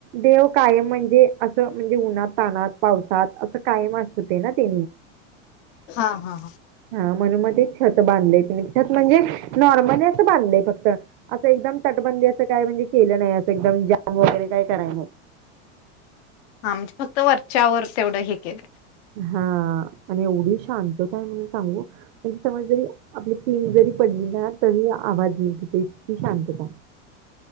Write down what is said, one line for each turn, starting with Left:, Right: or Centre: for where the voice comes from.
Right: देव कायम म्हणजे असं म्हणजे उन्हा तान्हात पावसात असं कायम असतेय ना ते
Left: हां हां हां
Right: हा म्हणून मग ते छत बांधलय तेनी छत म्हणजे नॉर्मली असं बांधलंय, फक्त असं एकदम तटबंदी असं काय म्हणजे केलं नाही. असं एकदम जाम वगैरे काय कराय नाही.
Left: हां म्हणजे फक्त वरच्यावर तेवढं हे केलं.
Right: हा आणि एवढी शांतता आहे, म्हणून सांगू म्हणजे समज जरी आपली पिन जरी पडली ना, तरी आवाज येईल तिथे इतकी शांतता